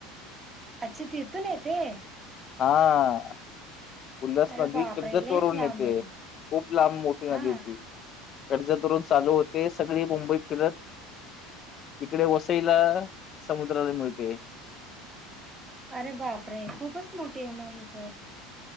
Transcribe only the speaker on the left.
हा. उल्हास
नदी
कर्जत
वरून
येते.
खूप लांब, मोठी
नदीये ती. कर्जत वरून चालू होते. सगळी मुंबईत फिरत. इकडे वसईला. समुद्राला मिळते.